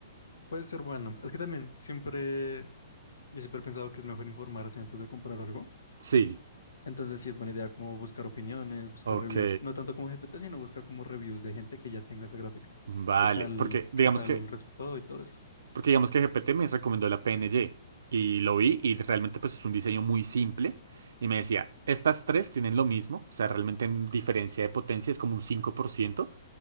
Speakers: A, on the left; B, on the right.
A: Puede ser bueno. Es que también siempre, yo siempre he pensado que es mejor informarse antes de comprar algo.
B: Sí.
A: Entonces sí es buena idea como buscar opiniones, buscar
B: Ok.
A: reviews. No tanto como GPT, sino buscar como reviews de gente que ya tenga esa gráfica.
B: Vale,
A: ¿Qué tal,
B: porque digamos
A: qué tal
B: que,
A: resultó y todo eso?
B: porque digamos que GPT me recomendó la PNG y lo vi y realmente pues es un diseño muy simple y me decía, estas tres tienen lo mismo, o sea, realmente en diferencia de potencia es como un cinco por ciento